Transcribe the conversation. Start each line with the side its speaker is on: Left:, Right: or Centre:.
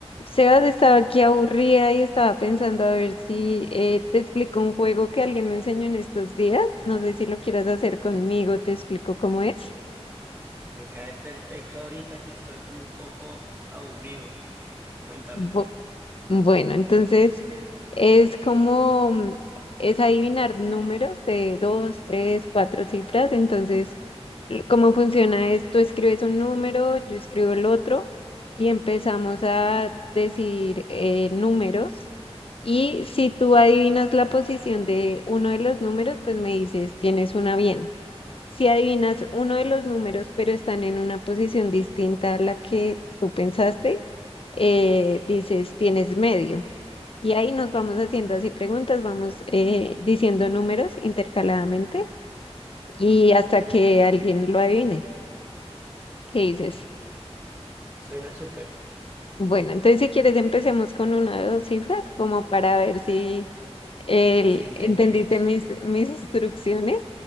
Left: Sebas estaba aquí aburrida y estaba pensando a ver si eh, te explico un juego que alguien me enseñó en estos días. No sé si lo quieras hacer conmigo, te explico cómo es.
Right: Me cae perfecto ahorita que estoy como un poco aburrido. Cuéntame.
Left: Bu- bueno, entonces es como, mm, es adivinar números de dos, tres, cuatro cifras. Entonces, l- ¿cómo funciona esto. Escribes un número, yo escribo el otro y empezamos a decir eh, números Y si tú adivinas la posición de uno de los números, pues me dices, tienes una bien. Si adivinas uno de los números, pero están en una posición distinta a la que tú pensaste, eh, dices, tienes medio. Y ahí nos vamos haciendo así preguntas, vamos eh, diciendo números intercaladamente y hasta que alguien lo adivine. ¿Qué dices?
Right: Suena súper.
Left: Bueno, entonces si quieres empecemos con una de dos cifras como para ver si el-
Right: Si entendimos.
Left: entendiste mis, mis instrucciones